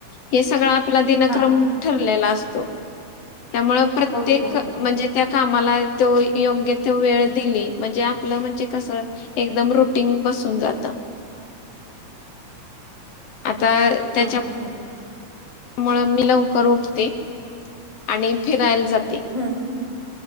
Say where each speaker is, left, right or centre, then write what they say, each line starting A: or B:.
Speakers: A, on the left; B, on the left.
A: हे सगळं आपला दिनक्रम
B: हा
A: ठरलेला असतो. त्यामुळं प्रत्येक
B: ओके
A: म्हणजे त्या कामाला- तो योग्य तो वेळ दिली म्हणजे आपलं म्हणजे कसं एकदम रुटीन बसून जातं. आता त्याच्या-
B: ओके
A: मुळ मी लवकर उठते आणि फिरायला जाते.
B: हम्म